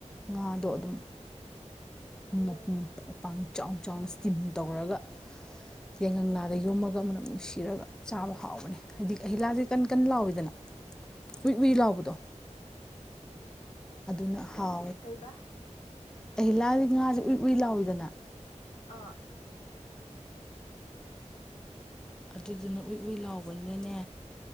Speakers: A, in the centre; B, on the left.
A: ꯉꯥꯗꯣ ꯑꯗꯨꯝ
B: ꯑꯣ
A: ꯃꯄꯥꯛ ꯆꯥꯎꯅ ꯆꯥꯎꯅ ꯏꯁꯇꯤꯝ ꯇꯧꯔꯒ ꯌꯥꯏꯉꯪꯂꯥꯗ
B: ꯎꯝ
A: ꯌꯣꯝꯃꯒ ꯃꯅꯝ ꯅꯨꯡꯁꯤꯔꯒ ꯆꯥꯕ ꯍꯥꯎꯕꯅꯦ ꯍꯥꯏꯗꯤ ꯑꯍꯤꯜꯂꯥꯁꯦ ꯀꯟ ꯀꯟꯅ ꯂꯥꯎꯏꯤꯗꯅ ꯍꯨꯏ ꯍꯨꯏ ꯂꯥꯎꯕꯗꯣ ꯑꯗꯨꯅ ꯍꯥꯎ
B: ꯀꯩꯕ
A: ꯑꯩꯍꯤꯂꯥ ꯉꯥꯁꯦ ꯎꯏ ꯎꯏ ꯂꯥꯎꯏꯗꯅ
B: ꯑꯥ
A: ꯑꯗꯨꯗꯨꯅ ꯎꯏ ꯎꯏ ꯂꯥꯎꯕꯅꯤꯅꯅꯦ